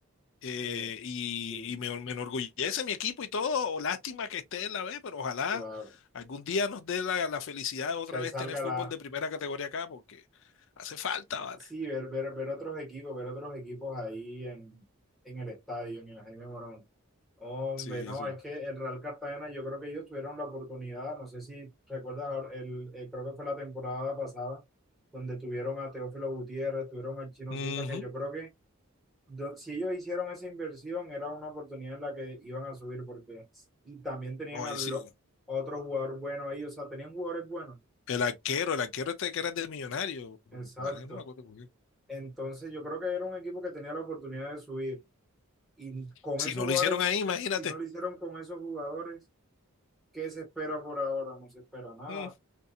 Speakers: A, on the left; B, in the centre.
A: eh,
B: Eh,
A: y
B: sí,
A: y me, me enorgullece mi equipo y todo. o Lástima que esté en la B, pero ojalá
B: claro.
A: algún día nos dé la, la felicidad de otra
B: Que
A: vez
B: salga
A: tener fútbol
B: la...
A: de primera categoría acá, porque hace falta, ¿vale?
B: Sí, ver, ver, ver otros equipos, ver otros equipos ahí en, en el estadio, en el Jaime Morón. Hombre,
A: Sí,
B: no,
A: sí.
B: es que el Real Cartagena, yo creo que ellos tuvieron la oportunidad, no sé si recuerdas, ahora, el, eh, creo que fue la temporada pasada, donde tuvieron a Teófilo Gutiérrez, tuvieron al Chino
A: Ujú.
B: Silva, que yo creo que Yo- si ellos hicieron esa inversión, era una oportunidad en la que iban a subir porque y también tenían
A: Ay,
B: a, lo-
A: sí.
B: a otro jugador bueno ahí, o sea, tenían jugadores buenos.
A: El arquero, el arquero este que era de millonario. no
B: Exacto.
A: me acuerdo cómo era.
B: Entonces yo creo que era un equipo que tenía la oportunidad de subir. Y con
A: Si
B: esos
A: no
B: jugadores,
A: lo hicieron ahí, imagínate.
B: si no lo hicieron con esos jugadores, ¿qué se espera por ahora? No se espera nada.
A: Mm,